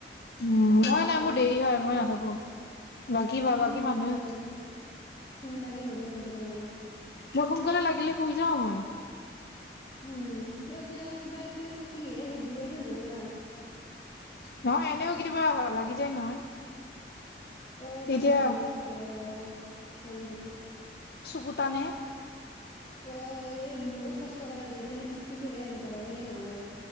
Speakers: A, on the left (about 60°); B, on the left (about 25°).
A: উ নহয়
B: এটা
A: নহয়
B: মানত
A: মোৰ দেৰি হয় মই <unintelligible> নাথাকো বাকী বা
B: উম
A: বাকী মানুহে
B: তাকেটো দে বাগী মানুহ <unintelligible> অ
A: মোৰ সোনকালে লাগিলে শুই যাওঁ মই
B: উম তই কিবা কিবা কিয় থাকলিহে সুধবি এনে নহোৱা
A: নহয় এনেও কেতিয়াবা লাগি যায় নহয়
B: আহ
A: তেতিয়া
B: কিবা কামত থাকে আহ হয় কিন্তু
A: ভূটানে
B: অ এই বহুত কষ্ট কৰে যেযেহেন তেতিয়াহে এনকা হয় এনে নহয়